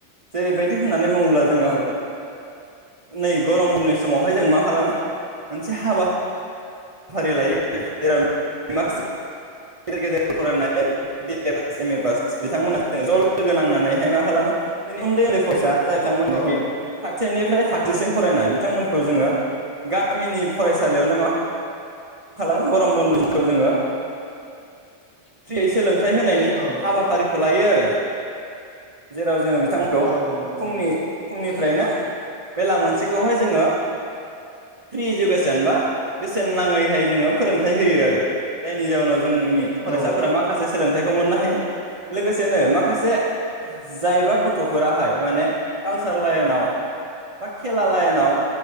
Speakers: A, on the right; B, on the left.
A: जेरैबायदि होननानै बुङोब्ला जोङो
B: औ
A: नै गरम बन्दनि समावहाय जों मा खालामो मोनसे हाबा फारि लायो जेराव माखासे गेजेर गेजेर फरायनाय B A pass M A pass बिथांमोना ज ज लोगो नांनानैहाय मा खालामो जोंनि उन्दै उन्दै फरायसा जाय थां‌ मोनखि
B: औ
A: थाग सेनिफ्राय थाखोसिम फरायनाय बिथांमोनखौ जोङो गामिनि फरायसालियावनो मा खालामो गरम बन्द खौ जोङो फ्रियै सोलों थाय होनायनि
B: औ
A: हाबाफारिखौ लायो आ रो जेराव जोङो थांमोनखौ
B: औ नोंथां
A: फुंनि फुंनिफ्रायनो बेला मोनसेखौहाय जोङो फ्रि इडुकेसन बा बेसेन नाङैहाय जोङो फोरोंथाइ होयो आरो जायनि जाउनाव जोंनि फरायसाफोरा
B: औ
A: माखासे सोलोंथाइ खौ मोननो हायो लोगोसेनो माखासे जायबा गथ'फोराहाय माने कालसार लाइनाव बा खेला लाइनाव